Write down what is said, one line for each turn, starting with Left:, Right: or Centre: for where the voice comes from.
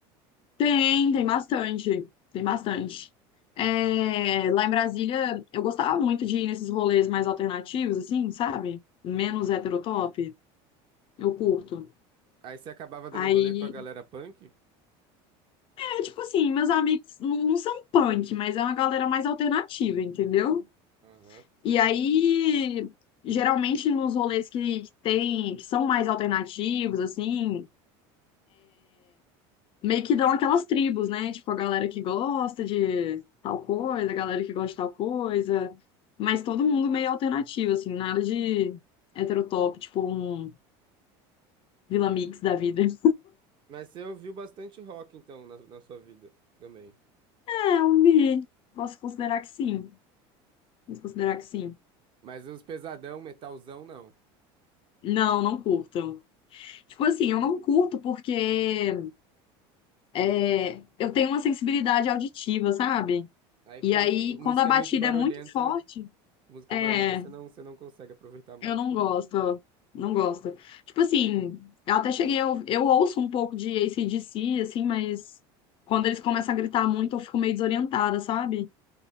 Left: Tem, tem bastante. Tem bastante. É, lá em Brasília, eu gostava muito de ir nesses rolês mais alternativos, assim, sabe? Menos
Right: Uhum.
Left: heterotop. Eu curto.
Right: Aí você acabava dando
Left: Aí,
Right: rolê com a galera punk?
Left: é tipo assim, meus amigos não, não são punk, mas é uma galera mais alternativa, entendeu?
Right: Aham.
Left: E aí, geralmente nos rolês que que tem, que são mais alternativos, assim. meio que dão aquelas tribos, né? Tipo, a galera que gosta de tal coisa, a galera que gosta de tal coisa. Mas todo mundo meio alternativo, assim, nada de heterotop, tipo um Vila Mix da vida. <laughs>
Right: Mas você ouviu bastante rock, então, na, na sua vida também.
Left: É, eu vi. Posso considerar que sim. Posso considerar que sim.
Right: Mas os pesadão, metalzão, não.
Left: Não, não curto. Tipo assim, eu não curto porque é, eu tenho uma sensibilidade auditiva, sabe?
Right: Aí
Left: E
Right: quando
Left: aí,
Right: s- música
Left: quando a batida
Right: é muito barulhenta,
Left: é muito forte,
Right: música
Left: é.
Right: barulhenta você não, você não consegue aproveitar muito.
Left: Eu não gosto, não gosto. Tipo assim, eu até cheguei, eu, eu ouço um pouco de AC/DC, assim, mas quando eles começam a gritar muito, eu fico meio desorientada, sabe?